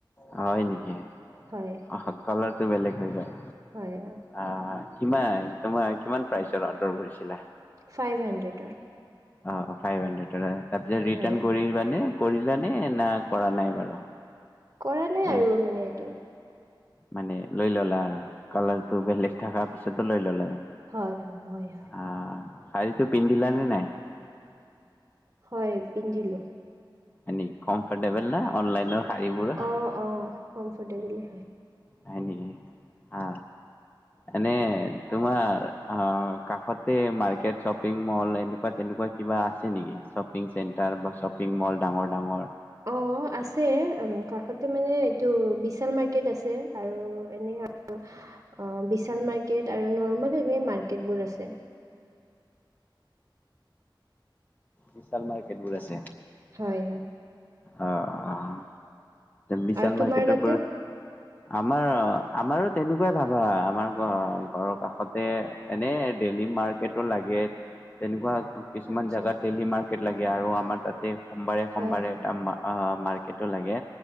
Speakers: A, on the left; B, on the right.
A: হয় নেকি?
B: হয়।
A: আহা কালাৰটো বেলেগ হৈ গ'ল।
B: হয় হয়।
A: আ কিমান তোমাৰ কিমান প্ৰাইচত অৰ্ডাৰ কৰিছিলা?
B: ফাইভ হাণ্ড্ৰেডৰ।
A: অ ফাইভ হাণ্ড্ৰেডৰ তাৰ পিছত ৰিটান
B: হয়
A: কৰিবানে কৰিলানে না কৰা নাই বাৰু?
B: কৰা নাই আৰু
A: এই
B: মানে এইটো।
A: মানে লৈ ললা আৰু কালাৰটো বেলেগ থকা পিছতো লৈ ললা তুমি।
B: হয় হয় হয়।
A: আ, শাৰীটো পিন্ধিলানে নাই?
B: হয় পিন্ধিলোঁ।
A: এনে কমফৰ্টেবল নে অনলাইনৰ শাড়ীবোৰো?
B: অঁ অঁ কমফৰ্টেবলে হয়।
A: হয় নেকি আ। এনে তোমাৰ অ কাষতে মাৰ্কেট, শ্বপিং মল এনেকুৱা তেনেকুৱা কিবা আছে নেকি শ্বপিং চেণ্টাৰ বা শ্বপিং মল ডাঙৰ - ডাঙৰ?
B: অঁ আছে উম কাষতে মানে এইটো বিশাল মাৰ্কেট আছে আৰু এনে আৰু অ বিশাল মাৰ্কেট আৰু নৰ্মেলি এনে মাৰ্কেটবোৰ আছে।
A: বিশাল মাৰ্কেটবোৰ আছে।
B: হয় হয়।
A: আহ, বিশাল
B: আৰু তোমাৰ
A: মাৰ্কেটৰ
B: তাতে
A: পৰা আমাৰ আমাৰো তেনেকুৱাই ভাবা আমাৰ ঘ ঘৰৰ কাষতে এনেই ডেলি মাৰ্কেটো লাগে। তেনেকুৱা কিছুমান
B: আচ্ছা
A: জেগাত ডেইলি মাৰ্কেট লাগে আৰু আমাৰ তাতে সোমবাৰে
B: হয়
A: সোমবাৰে
B: হয়
A: আমমা আ মাৰ্কেটো লাগে